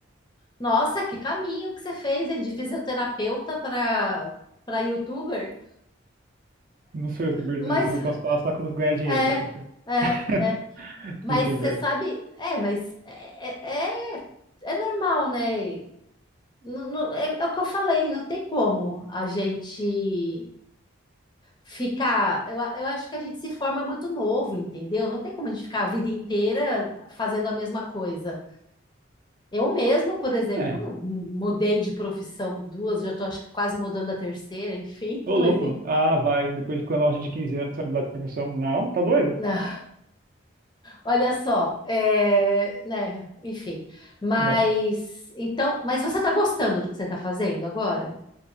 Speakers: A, on the left (about 20°); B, on the right (about 45°).
A: Nossa, que caminho que você fez, hein? De fisioterapeuta para para YouTuber.
B: Não sou youtuber,
A: Mas
B: sou youtuber posso falar só quando ganhar dinheiro,
A: é,
B: só quando
A: é,
B: <laughs>
A: é. Mas
B: youtuber.
A: você sabe, é, mas é, é, é é normal, né? Não- não- é, é o que eu falei, não tem como a gente ficar. Eu, a- eu acho que a gente se forma muito novo, entendeu? Não tem como a gente ficar a vida inteira fazendo a mesma coisa. Eu mesma, por exemplo,
B: É,
A: mu- mudei de profissão duas, já estou acho que quase mudando a terceira, enfim,
B: ô
A: <laughs> mas
B: louco.
A: enfim.
B: Ah, vai. Depois de quando a loja de 15 anos, você vai mudar de profissão. Não, tá doido?
A: Não, olha só, é, né, enfim. Mas
B: Não.
A: então, mas você está gostando do que você está fazendo agora?